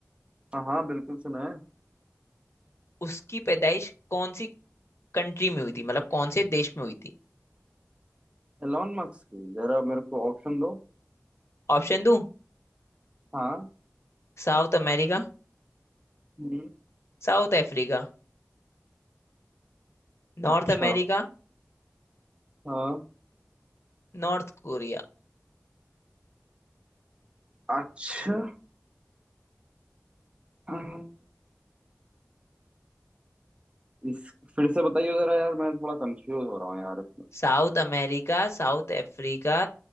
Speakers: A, on the right; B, on the left.
A: हाँ हाँ बिल्कुल सुना है
B: उसकी पैदाइश कौन सी कंट्री में हुई थी मतलब कौन से देश में हुई थी
A: एलॉन मस्क की जरा मेरे को ऑप्शन दो
B: ऑप्शन दूं
A: हाँ
B: South America
A: हम्म
B: South Africa North
A: अच्छा
B: America
A: हाँ
B: North Korea
A: अच्छा हम्म, इस फिर से बताइए जरा यार मैं थोड़ा कंफ्यूज हो रहा हूँ यार इसमें
B: South America South Africa